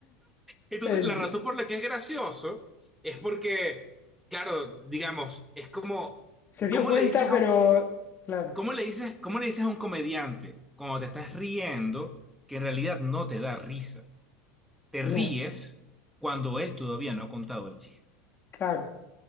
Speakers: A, in the centre; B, on the left.
A: Entonces,
B: El-
A: la razón por la que es gracioso es porque, claro, digamos, es como,
B: se dio
A: ¿cómo
B: cuenta,
A: le dices
B: pero
A: a un
B: claro,
A: ¿Cómo le dices, cómo le dices a un comediante cuando te estás riendo que en realidad no te da risa? Te ríes
B: ya,
A: cuando él todavía no ha contado el chiste.
B: claro.